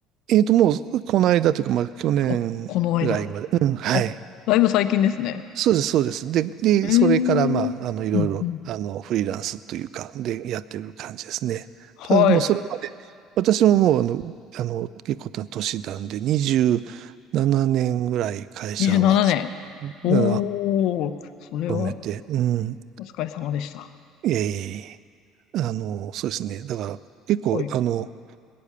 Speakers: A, on the right (about 60°); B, on the left (about 65°).
A: えーっと、もう、この間というか、まあ、去年ぐらいまで、
B: あ、この間。
A: うん、はい。
B: あ、だいぶ最近ですね。
A: そうです、そうです。で、で、
B: へえ。
A: それから、
B: うんうん。
A: まあ、あの、いろいろ、あの、フリーランスというか、で、やってる感じですね。
B: はい。
A: ただ、もうそれまで、私ももう、あの、あの、結構な年なんで、27年ぐらい会社は、
B: 27年。
A: あの、
B: おー、それは
A: 勤めて、うん、
B: お疲れ様でした。
A: ええあの、そうですね。だから、結構、
B: はい。
A: あの、